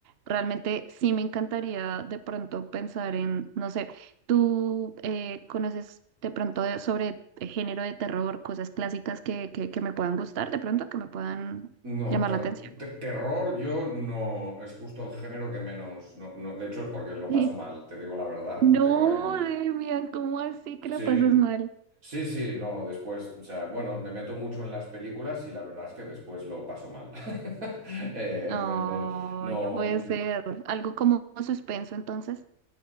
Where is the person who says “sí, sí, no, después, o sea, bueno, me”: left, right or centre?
Right